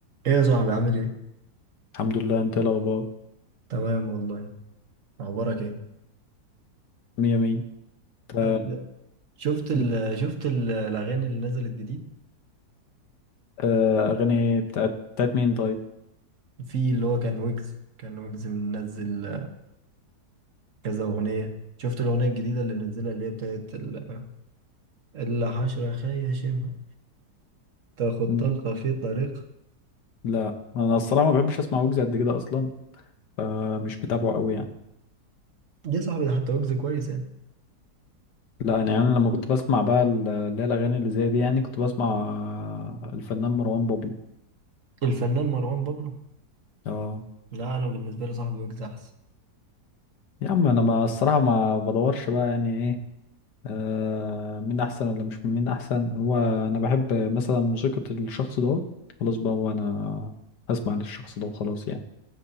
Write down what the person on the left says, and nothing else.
الحمد لله انت ايه الاخبار
مية مية انت
بت...
آه، اغاني بتاعت بتاعت مين طيب
م-
لا انا الصراحه ما بحبش اسمع ويجز قد كده اصلا فمش بتابعه قوي يعني
لا انا يعني لما كنت بسمع بقى ال- اللي هي الاغاني اللي زي دي يعني كنت بسمع آه، الفنان مروان بابلو
اه
يا عم انا ما الصراحه ما بدورش بقى يعني ايه آه مين احسن ولا مش مين احسن هو انا بحب مثلا موسيقى الشخص ده خلاص بقى هو انا هسمع للشخص ده وخلاص يعني